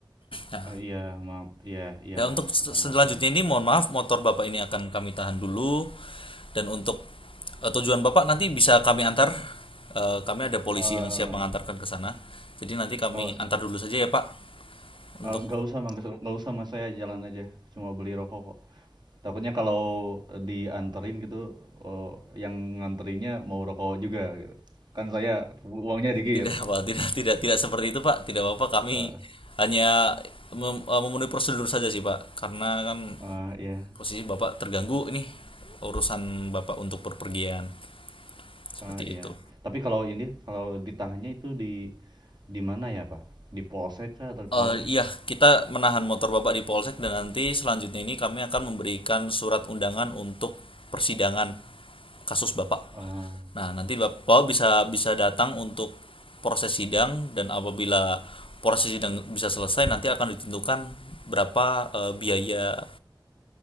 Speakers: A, on the left; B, on the right.
A: nah
B: Ah, iya ma iya iya
A: Ya
B: mas
A: untuk selanjutnya
B: Ah, ngerti mas
A: ini mohon maaf motor Bapak ini akan kami tahan dulu dan untuk eh, tujuan Bapak nanti bisa kami antar. Eh, kami ada polisi
B: Eh
A: yang siap mengantarkan ke sana. Jadi nanti kami
B: oh
A: antar dulu saja ya Pak untuk
B: eh, nggak usah mas nggak usah mas saya jalan aja cuma beli rokok kok takutnya kalau dianterin gitu oh, yang nganterinnya mau rokok juga gitu kan saya uangnya dikit
A: tidak <laughs> Pak, tidak tidak tidak seperti itu Pak. Tidak apa-apa kami
B: Ah,
A: hanya mem- eh, memenuhi prosedur saja sih Pak karena kan
B: ah, iya
A: posisi Bapak terganggu ini urusan Bapak untuk perpergian seperti
B: Ah, iya
A: itu.
B: tapi kalau ini kalau ditahannya itu di Di mana ya, Pak? Di Polsek kah atau di
A: Eh,
B: Polres?
A: iya, kita menahan motor bapak di polsek dan nanti selanjutnya ini kami akan memberikan surat undangan untuk persidangan kasus bapak.
B: Eh,
A: Nah, nanti bapak bisa bisa datang untuk proses sidang dan apabila proses sidang bisa selesai nanti akan ditentukan berapa eh, biaya